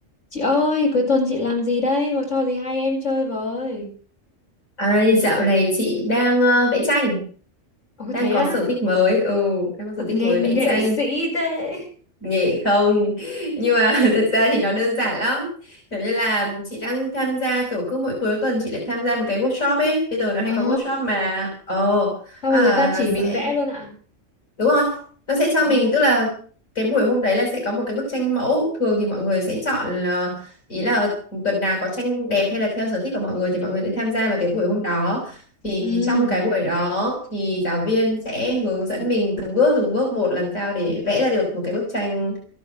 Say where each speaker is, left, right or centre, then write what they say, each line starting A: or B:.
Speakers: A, on the left; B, on the left.
A: Chị ơi, cuối tuần chị làm gì đây? Có trò gì hay em chơi với?
B: Ai, dạo này chị đang ờ, vẽ tranh,
A: Ồ
B: đang
A: thế
B: có
A: á,
B: sở thích mới, ừ, đang có
A: Ồ,
B: sở thích
A: nghe
B: mới
A: nghệ
B: vẽ tranh,
A: sĩ thế.
B: nghệ không? <laughs> Nhưng mà <laughs> thật ra thì nó đơn giản lắm, kiểu như là chị đang tham gia kiểu cứ mỗi cuối tuần chị lại tham gia một cái workshop ấy, bây giờ nó hay
A: Ồ,
B: có workshop mà, ờ,
A: xong
B: à,
A: rồi người ta
B: nó
A: chỉ
B: sẽ
A: mình vẽ luôn ạ.
B: Đúng rồi, nó sẽ cho
A: Ồ,
B: mình tức là cái buổi hôm đấy là sẽ có một cái bức tranh mẫu, thường thì mọi người sẽ chọn là ý là tuần nào có tranh đẹp hay là theo sở thích của mọi người thì mọi người sẽ tham gia vào cái buổi hôm đó. Thì
A: ừ,
B: trong cái buổi đó thì giáo viên sẽ hướng dẫn mình từng bước từng bước một làm sao để vẽ ra được một cái bức tranh